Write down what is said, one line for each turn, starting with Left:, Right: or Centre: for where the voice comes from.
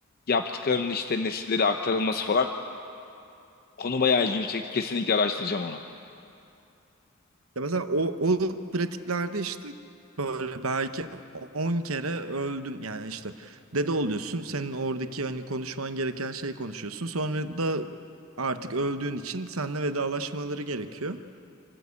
Left: yaptıklarının işte nesillere aktarılması falan konu bayağı ilgimi çekti. Kesinlikle araştıracağım onu.
Right: Ya mesela o, o pratiklerde işte böyle belki 10 kere öldüm. Yani işte dede oluyorsun. Senin oradaki hani konuşman gereken şeyi konuşuyorsun. Sonra da artık öldüğün için seninle vedalaşmaları gerekiyor.